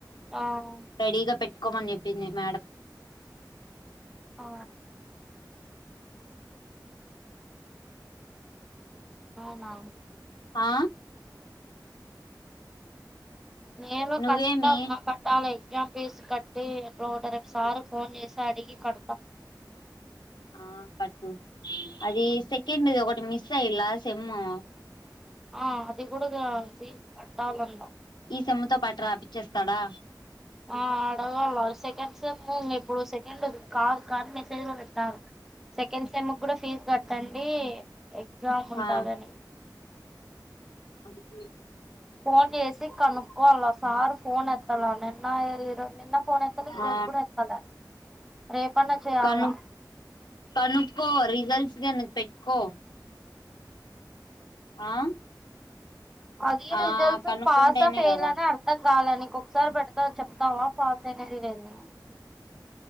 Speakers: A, in the centre; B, on the left (about 80°).
A: ఆ
B: రెడీగా పెట్ ఒక్కమని చెప్పింది మేడం
A: ఆ అవునా
B: ఆ
A: నేను
B: నువ్వేమి
A: ఖచ్చితంగా కట్టాలి ఎక్సమ్ ఫీజ్ కట్టి ఏట్లో అట్ల రేపు సార్ కి ఫోన్ చేసి అడిగి కడతా
B: ఆ కట్టు అది సెకండ్ ది ఒకటి మీస్ విస్ అయాలా సేము
A: ఆ అది కూడా ఫీజు కట్టాల అంట
B: చెమ్తో పాటు రాపిచ్చేస్తాడా
A: ఆ అడగళ్ళ సెకండ్ సెమ్ ఇప్పుడు సెకండ్ కాదు కానీ మెసేజ్లో పెట్టినారు సెకండ్ సెమ్ కూడా ఫీజు కట్టండి ఎగ్జామ్ ఉంటాదని
B: ఆ అ
A: ఫోన్ చేసి కొనుక్కోవాలి సార్ ఫోన్ ఎత్త తల నిన్నరో నిన్న పోన ఎత్తలే ఈరోజు
B: ఆ
A: కూడా ఎత్తలే రేపాన్న చేయాల
B: కను కనుక్కో రిజల్ట్స్ గాని పెట్టుకో ఆ
A: అది
B: ఆ
A: రిజల్ట్స్
B: కనుక్కుంటేనే
A: పాస ఫెయిల్
B: కదా
A: అని అర్ధం కాాలా నీ కీ ఒకసారి పెడతా చెప్తావా ఫాస్ అయినది లేంది